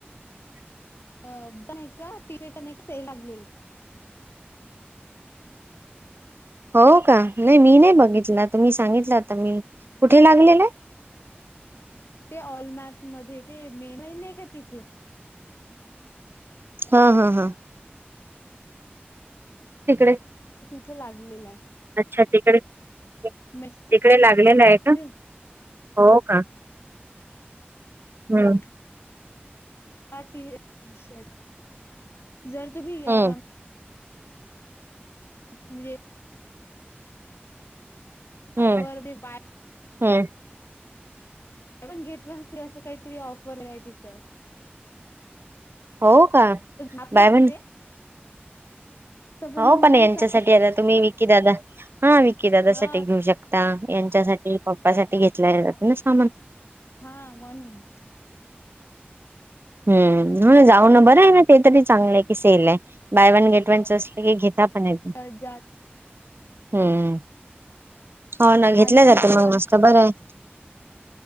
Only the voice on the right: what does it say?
हो का नाही मी नाही बघितला. तुम्ही सांगितलं आता मी कुठे लागलेलं आहे?
हा हा हा तिकडे
अच्छा तिकडे तिकडे
लागलेला आहे का?
हो का? हम्म.
हम्म
हम्म
हम्म.
हो का
बाय वन
हो
पण यांच्यासाठी आता तुम्ही विक्की दादा हा विक्की दादासाठी
घेऊ शकता. यांच्यासाठी पप्पासाठीठी घेतला जाते ना सामान.
हम्म हो जाऊ ना बरं आहे ना ते तरी चांगलं आहे की सेल आहे बाय वन गेट वनच अस की घेता. पण येत
हम्म हो ना घेतल्या
जातं
मग मस्त बरं आहे.